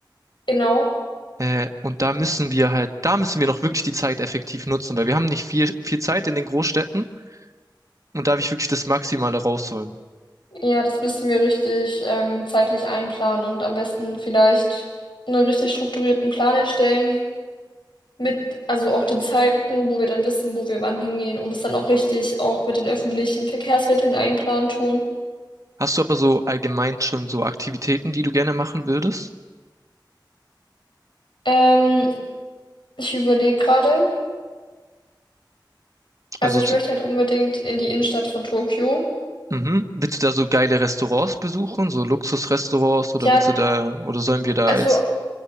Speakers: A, on the left; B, on the right.
A: genau.
B: Äh, und da müssen wir halt, da müssen wir noch wirklich die Zeit effektiv nutzen, weil wir haben nicht viel, viel Zeit in den Großstädten und da will ich wirklich das Maximale rausholen.
A: Ja, das müssen wir richtig ähm, zeitlich einplanen und am besten vielleicht einen richtig strukturierten Plan erstellen mit, also auch den Zeiten, wo wir dann wissen, wo wir wann hingehen und es dann auch richtig auch mit den öffentlichen Verkehrsmitteln einplanen tun.
B: Hast du aber so allgemein schon so Aktivitäten, die du gerne machen würdest?
A: Ähm, ich überlege gerade,
B: Also,
A: also ich
B: zu-
A: möchte halt unbedingt in die Innenstadt von Tokio.
B: mhm. Willst du da so geile Restaurants besuchen, so Luxusrestaurants oder
A: Ja,
B: willst du da, oder sollen wir da
A: also
B: jetzt?